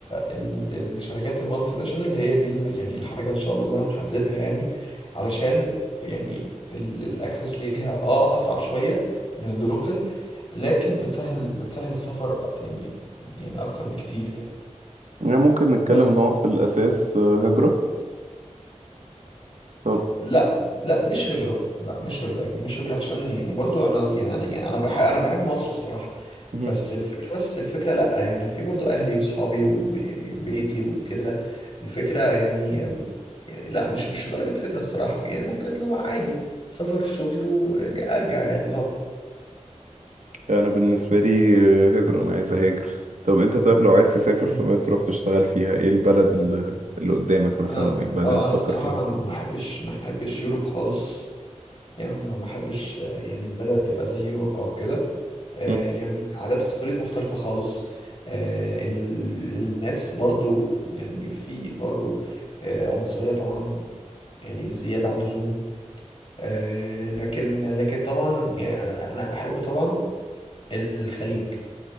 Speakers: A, on the left (about 50°); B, on the right (about 80°).
A: ال- الشركات المالتي ناشونال هي دي ال- يعني الحاجة ان شاء الله اللي انا محددها يعني علشان يعني ال- الاكسس ليها اه اصعب شوية من اللوكل لكن بتسهل بتسهل السفر يعني يعني اكتر بكتير يعني
B: يعني ممكن نتكلم
A: بس
B: إن هو في الأساس آه، هجرة طب
A: لا لا مش هجرة لا مش هجرة يعني مش هجرة عشان يعني برضو انا زي- يعني انا يعني، انا بحب انا بحب مصر الصراحة
B: مهم.
A: بس الفكرة بس الفكرة لا يعني في برضو اهلي واصحابي ويعني بيتي وكده الفكرة يعني يعني لا مش مش لدرجة هجرة الصراحة يعني ممكن لو عادي سفر شغل ويعني ارجع يعني طبعا
B: أنا بالنسبة لي آه، هجرة أنا عايز أهاجر طب أنت طيب لو عايز تسافر فبقى
A: مم.
B: تروح تشتغل فيها إيه البلد اللي اللي قدامك مثلا
A: انا
B: أو إيه البلد
A: اه
B: اللي بتفكر
A: انا الصراحة
B: فيها
A: انا ما احبش ما احبش يوروب خالص يعني ما ما احبش آه، يعني البلد تبقى زي يوروب او كده آه،
B: مم.
A: يعني عادات وتقاليد مختلفة خالص آه، ال- الناس برضو يعني في برضو آه، عنصرية طبعا يعني زيادة عن اللزوم آه، لكن لكن طبعا يعني انا احب طبعا الخليج